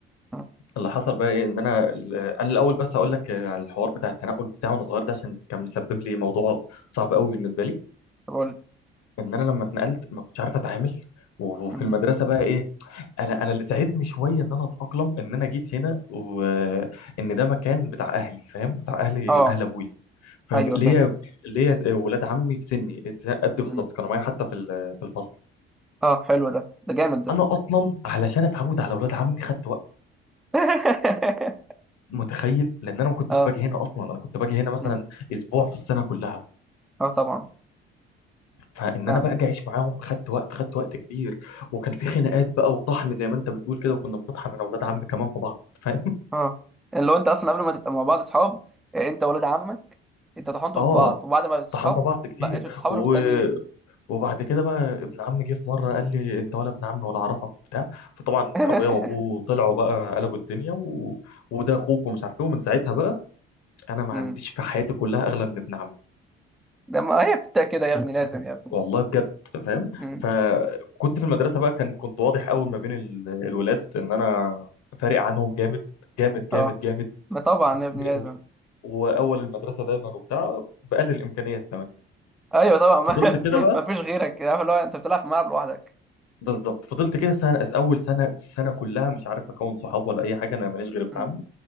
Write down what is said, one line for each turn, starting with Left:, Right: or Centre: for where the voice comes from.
Centre: مم.
Left: اللي حصل بقى ايه ان انا ال- انا الاول بس اقول لك على الحوار بتاع التنقل بتاعي وانا صغير ده عشان كان مسبب لي موضوع صعب قوي بالنسبه لي
Centre: طب قول لي.
Left: ان انا لما اتنقلت ما كنتش عارف اتعامل و- وفي
Centre: مم.
Left: المدرسه بقى ايه انا انا اللي ساعدني شويه ان انا اتاقلم ان انا جيت هنا وان ده مكان بتاع اهلي فاهم بتاع اهلي
Centre: اه
Left: اهل ابويا فليا
Centre: ايوه فاهم
Left: ليا ولاد عمي في سني قد بالظبط
Centre: مم.
Left: كانوا معايا حتى في ال- في الفصل
Centre: اه حلو ده ده جامد ده
Left: انا اصلا علشان اتعود على ولاد عمي خدت
Centre: <laughs>
Left: متخيل لان انا ما كنتش
Centre: اه
Left: باجي هنا اصلا انا كنت باجي هنا مثلا
Centre: مم.
Left: اسبوع في السنه كلها
Centre: اه طبعا
Left: فان
Centre: فاهمك
Left: انا بقى اجي اعيش معاهم خدت وقت خدت وقت كبير وكان في خناقات بقى وطحن زي ما انت بتقول كده وكنا بنطحن انا واولاد عمي كمان في بعض <laughs> فاهم
Centre: اه اللي هو انت اصلا قبل ما تبقى مع بعض صحاب آه، انت ولاد عمك انت طحنتوا
Left: اه
Centre: في بعض وبعد ما بقيتوا صحاب
Left: طحنا بعض كتير
Centre: بقيتوا تتحاوروا
Left: و...
Centre: في التانيين
Left: وبعد كده بقى ابن عمي جه في مره قال لي انت ولا ابن عمي ولا اعرفك وبتاع فطبعا
Centre: <laughs>
Left: ابويا وابوه طلعوا بقى قلبوا الدنيا و... وده اخوك ومش عارف ايه ومن ساعتها بقى انا ما
Centre: مم.
Left: عنديش في حياتي كلها اغلى من ابن عمي
Centre: ده ما هي بتبدأ كده يا ابني لازم يا ابني
Left: والله بجد فاهم
Centre: مم.
Left: فكنت في المدرسه بقى كان كنت واضح قوي ما بين ال- الولاد ان انا فارق عنهم جامد جامد
Centre: اه
Left: جامد جامد
Centre: ما طبعا
Left: بكتير
Centre: يا ابني لازم
Left: قوي واول المدرسه دايما وبتاع بقلل الامكانيات كمان
Centre: ايوه طبعا ما,
Left: فضلت كده
Centre: <laughs>
Left: بقى
Centre: ما فيش غيرك عارف اللي هو انت بتلعب في الملعب لوحدك
Left: بالظبط فضلت كده سنه اول سنه السنه كلها مش عارف اكون صحاب ولا اي حاجه انا ماليش غير ابن
Centre: مم.
Left: عمي